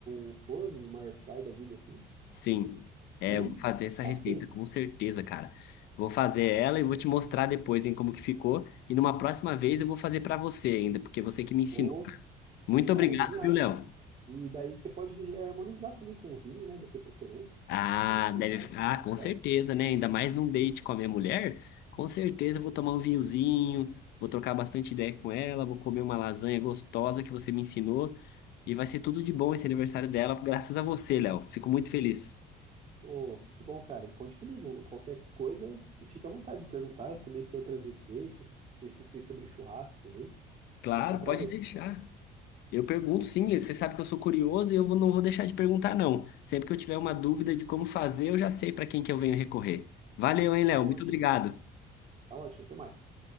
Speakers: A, on the right; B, on the left.
A: no forno, numa air fry da vida assim,
B: sim. É,
A: e
B: eu vou fazer essa
A: tá
B: receita,
A: feito.
B: com certeza, cara. Vou fazer ela e vou te mostrar depois, hein, como que ficou. E numa próxima vez eu vou fazer pra você ainda, porque você que me ensinou.
A: Ô,
B: Muito obrigado,
A: cara, genial.
B: viu, Léo?
A: E daí você pode vi- harmonizar também com o vinho, né, da sua preferência,
B: Ah,
A: mas fica,
B: deve.
A: fica
B: Ah,
A: a critério.
B: com certeza, né? Ainda mais num date com a minha mulher. Com certeza eu vou tomar um vinhozinho, vou trocar bastante ideia com ela, vou comer uma lasanha gostosa que você me ensinou. E vai ser tudo de bom esse aniversário dela, graças a você, Léo. Fico muito feliz.
A: Pô, que bom, cara. E conte comigo. Qualquer coisa, fica à vontade de me perguntar. Eu também sei outras receitas, sei, sei sobre churrasco também.
B: Claro,
A: Vai ser um prazer.
B: pode deixar. Eu pergunto sim, você sabe que eu sou curioso e eu vou- não vou deixar de perguntar, não. Sempre que eu tiver uma dúvida de como fazer, eu já sei para quem que eu venho recorrer. Valeu, hein, Léo?
A: Tá ótimo.
B: Muito obrigado.
A: Tá ótimo. Até mais.